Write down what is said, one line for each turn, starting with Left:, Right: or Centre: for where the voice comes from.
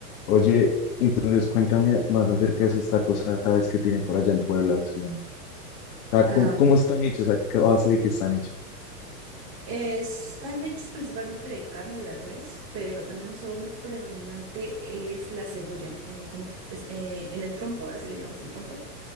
Left: Oye, entonces cuéntame más acerca de esos tacos árabes que tienen por allá en Puebla. Son, o sea,
Right: Am,
Left: ¿cómo, cómo están hechos? ¿A qué base de qué están hechos?
Right: están hechos principalmente de carne de res, pero también un sabor muy predominante es la cebolla. Eh, como que es- eh, en el trompo, así le llamamos el trompo,